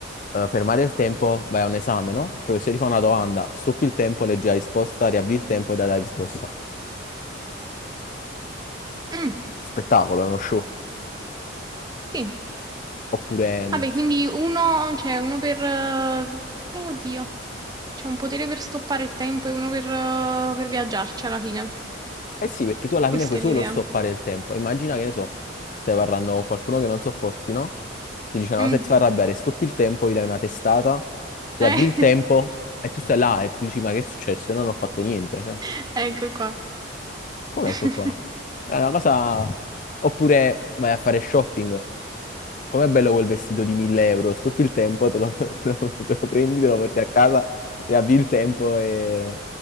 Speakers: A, on the left; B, on the right.
A: eh, fermare il tempo, vai a un esame, no? Il professore ti fa una domanda, stoppi il tempo, leggi la risposta, riavvi il tempo e dai la risposta.
B: Mm.
A: Spettacolo, è uno show.
B: Sì.
A: Oppure, mm,
B: Vabbè, quindi uno, cioè uno per... Eh, eh, oddio. C'è un potere per stoppare il tempo e uno per, eh, per viaggiarci alla fine.
A: eh sì, perché tu alla
B: Questa
A: fine puoi
B: è
A: solo
B: l'idea.
A: stoppare il tempo. Immagina che ne so, stai parlando con qualcuno che non sopporti, no? Ti dice una
B: Mm.
A: cosa e ti fa arrabbiare, stoppi il tempo, gli dai una testata, riavvi
B: Eh,
A: il tempo e tu stai là e tu dici, ma che è successo? Io non ho fatto niente, cioè.
B: <laughs> Ecco qua.
A: Come
B: <laughs>
A: ecco qua? È una cosa... Oppure vai a fare shopping. Com'è bello quel vestito di 1000 euro? Stupi il tempo, te lo, <laughs> te lo- te lo prendi, te lo porti a casa, ti avvi il tempo e...